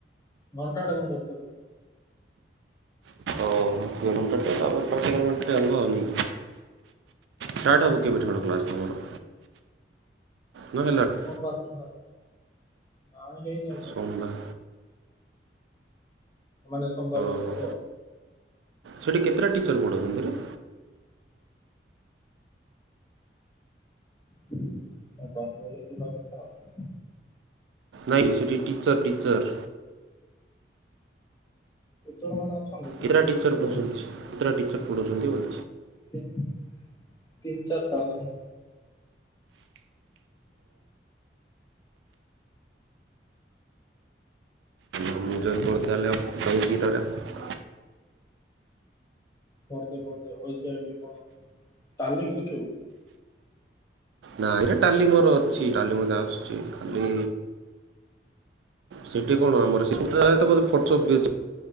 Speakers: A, on the left (about 20°); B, on the right (about 85°).
A: ଘଣ୍ଟାଟା କଣ ସେପି
B: ଓହୋ ଥିଅରୁମ୍ ଟା ତ ତାପରେ ପ୍ରାକ୍ଟିକାଲ ପାଇଁ ଠିଆ ହବନି। ଷ୍ଟାର୍ଟ ହବ
A: ହଁ
B: କେବେଠାରୁ କ୍ଲାସ ତମର ନା ହେଲାଣି।
A: ସୋମବାର ସୋମବାର ନାଇ ହେଇ ନାଇ ତ
B: ସୋମବାର
A: ମାନେ ସୋମବାର ତ
B: ଓହୋ
A: ହବ।
B: ସେଠି କେତେଟା ଟିଚର ପଢ଼ା ଉଛନ୍ତିରେ?
A: ଦଡୁ ହେଲେ ଜିବା କଥା ଆଉ।
B: ନାଇଁ ସେଠି ଟିଚର ଟିଚର
A: ଯୋଉମାନେ ଅଛନ୍ତି? ତ
B: କେତେଟା ଟିଚର୍
A: ଭଲ
B: ପଢ଼ଉଛନ୍ତି କେତେଟା ଟିଚର୍ ପଢ଼ାଉଛନ୍ତି?
A: ତିନି ଚାରିଟା ଅଛନ୍ତି।
B: ଆଉ ମୁଁ ଜଏନ୍ କରୁଥିଲି ହେଲେ ରହୁଛିି ତାପଳେ।
A: କରଦେ କରଦେ ହ ସେ ଏଠି କଣ ତାଲିମ୍ ଶିଖିବୁ?
B: ନାଁ ଏଇଟା ଟାଲି ମୋର ଅଛି ଟାଲି ମତେ ଆସୁଛି ଖାଲି ସେଠି କଣ ଆମର ଫଟପ <inaudible> ବି